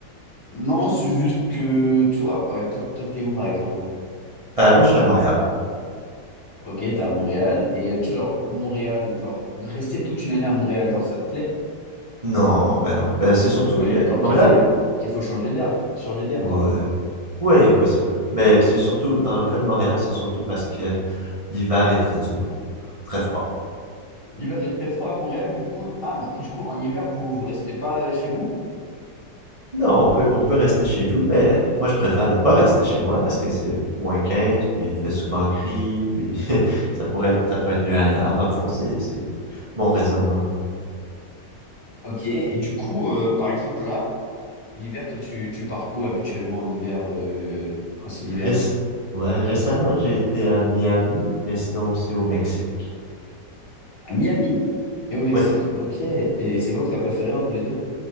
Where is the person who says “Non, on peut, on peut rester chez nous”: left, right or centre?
Right